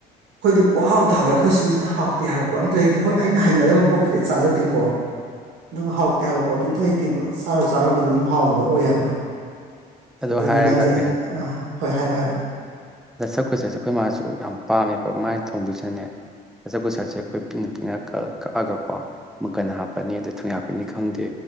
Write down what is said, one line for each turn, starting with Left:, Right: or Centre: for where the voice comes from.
Right: ꯑꯩꯈꯣꯏꯗꯤ ꯄꯨ ꯍꯥꯎꯇ ꯍꯥꯎꯋꯦ ꯑꯩꯈꯣꯏ ꯆꯤꯟꯁꯤꯗ ꯍꯥꯎꯇꯦ ꯍꯥꯏꯕ ꯄꯣꯠ ꯑꯝꯇ ꯂꯩꯇꯦ ꯍꯣꯏ ꯑꯩꯅ ꯍꯩꯅꯕ ꯄꯣꯠꯄꯨꯗꯤ ꯑꯩ ꯆꯥꯖꯗꯦꯀꯣ ꯑꯗꯨꯒ ꯍꯥꯎꯇꯦ ꯍꯥꯏꯕ ꯄꯣꯠ ꯇꯤ ꯑꯝꯇꯥ ꯍꯩꯇꯦꯕ ꯆꯥꯔꯨ ꯆꯥꯔꯨꯕꯗꯣ ꯑꯗꯨꯝ ꯍꯥꯎꯕꯗꯣ ꯑꯣꯏ ꯍꯥꯏꯕ
Centre: ꯑꯗꯨ
Right: ꯑꯗꯨꯗꯤ
Centre: ꯍꯥꯏꯔꯒ
Right: ꯅꯪꯁꯦ
Centre: ꯀꯩ
Right: ꯑꯥ ꯍꯣꯏ ꯍꯥꯏꯔꯛꯑꯣ ꯍꯥꯏꯔꯛꯑꯣ
Centre: ꯗꯁꯥ ꯀꯨꯁꯥꯁꯦ ꯑꯩꯈꯣꯏ ꯃꯥꯁꯨ ꯌꯥꯝ ꯄꯥꯝꯃꯦꯕ ꯃꯥꯅ ꯊꯣꯡꯗꯣꯏꯁꯤꯅꯅꯦ ꯗꯁꯥꯀꯨꯁꯥꯁꯦ ꯑꯩꯈꯣꯏ ꯄꯤꯛꯅ ꯄꯤꯛꯅ ꯀꯛꯑꯥ ꯀꯛꯑꯥꯒꯀꯣ ꯃꯪꯀꯟ ꯍꯥꯞꯄꯅꯤ ꯑꯗ ꯊꯨꯡꯌꯥꯥꯛꯄꯤꯅꯦ ꯈꯪꯗꯦ